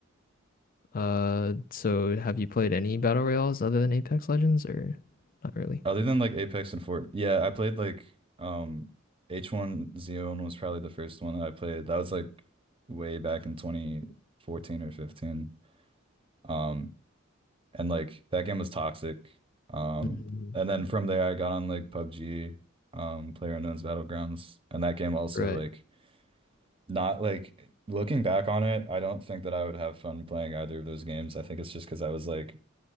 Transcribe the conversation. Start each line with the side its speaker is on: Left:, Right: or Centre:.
Left: Uh, so have you played any battle royales other than Apex Legends, or not really?
Right: Other than like Apex and Fort, yeah, I played like um H1Z1 was probably the first one that I played. That was like way back in 2014 or 15. Um and like that game was toxic. Um
Left: Mm,
Right: and then from there I got on like PUBG, um PlayerUnknown's Battlegrounds, and that game also
Left: Right.
Right: like not like looking back on it, I don't think that I would have fun playing either of those games. I think it's just because I was like